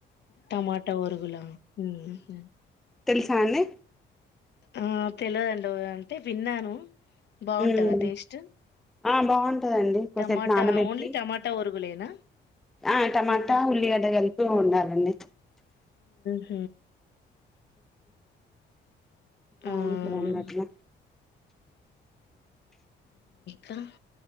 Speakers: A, on the left; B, in the centre.
A: టమాటా ఒరుగులా ఉహు
B: తెల్సా అండి
A: ఆ తెల్వదండి ఒ అంటే విన్నాను బాగుంటదా
B: ఉమ్.
A: టేస్ట్
B: ఆ బాగుంటదండి కొసేపు
A: టమాటా
B: నానబెట్టి
A: ఓన్లీ టమాటా ఒరుగులేనా
B: ఆ టమాటా
A: ఇంకే
B: ఉల్లి గడ్డ కలిపి ఉండాలండి
A: ఊ
B: బాగుంటాదన్నట్ల
A: ఆ కడ